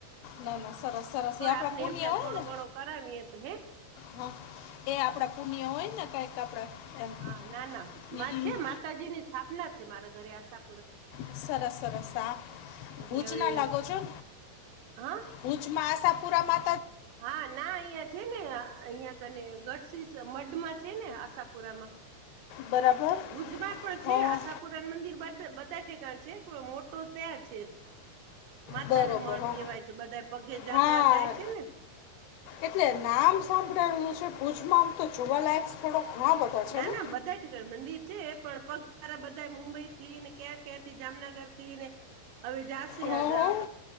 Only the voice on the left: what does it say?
ના, ના સરસ સરસ.
એ આપણા
પુણ્ય
હોય
ને
હા, એ આપડા પુણ્ય હોય ને, કઈક આપડા એમ.
હમ,
હમ.
સરસ સરસ. હા,
ભુજના
લાગો છો?
ભુજમાં આશાપુરા મા
બરાબર
હા
બરોબર
હા
હા
એટલે નામ સાંભળાયેલું છે ભુજમાં, હું તો જોવાલાયક સ્થળો ઘણા બધા છે
ને
હં હં.